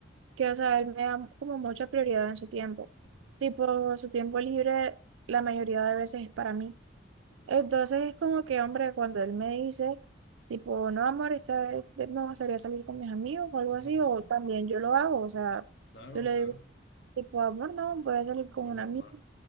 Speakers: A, on the right; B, on the left.
A: que, o sea, él me da como mucha prioridad en su tiempo.
B: ujú,
A: Tipo, su tiempo libre la mayoría de veces es para mí.
B: ujú,
A: Entonces es como que, hombre, cuando él me dice, tipo, no, amor, esta vez me gustaría salir con mis amigos o algo
B: ujú.
A: así, o también yo lo hago. O sea,
B: Claro,
A: yo le
B: claro,
A: digo tipo amor, no, puede salir con
B: es lo
A: una
B: normal,
A: amiga,